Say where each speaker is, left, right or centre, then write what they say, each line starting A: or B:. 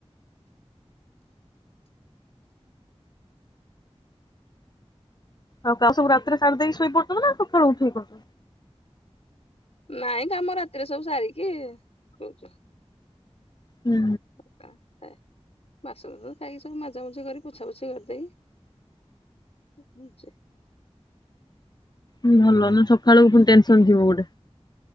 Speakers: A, on the left (about 40°); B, on the left (about 70°).
A: ଆଉ କା ସବୁ ରାତିରେ ସାରି ଦେଇକି ଶୋଇ ପରୁଚ ନା ସକାଳୁ ଉଠେଇକି କରୁଚ?
B: ନାଇଁ କାମ ରାତିରେ ସବୁ ସାରିକି ଶୋଉଚୁ।
A: ହୁଁ।
B: ଆ ଥାଏ। ବାସ ଫାସ ଖାଇକି ସବୁ ମଜାମୁଜି କରି ପୋଛାପୋଛା କରିଦେଇ ବୁଲଚେ।
A: ହୁଁ। ଭଲ ନା। ସକାଳକୁ ପୁଣି ଟେନସନ ଥିବ ଗୋଟେ।